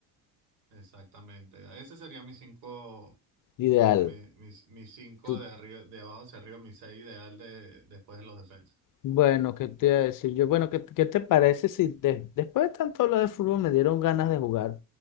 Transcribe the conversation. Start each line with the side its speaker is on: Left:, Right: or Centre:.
Right: exactamente. Ese sería mis cinco,
Left: Ideal.
Right: mi- mis, mis cinco
Left: Tú,
Right: de arriba, de abajo hacia arriba, mis seis ideal de, después de los defensas.
Left: Bueno, ¿qué te iba a decir yo? Bueno, ¿qué, qué te parece si de- después de tanto hablar de fútbol me dieron ganas de jugar